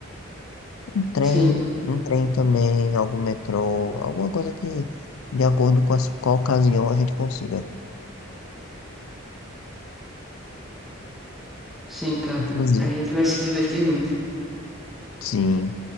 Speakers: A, on the left; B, in the centre.
A: Um trem,
B: Sim,
A: um trem também, algum metrô, alguma coisa que de acordo com a, com a ocasião a gente consiga.
B: sim, cara.
A: Inclusive,
B: A gente vai se divertir muito.
A: sim.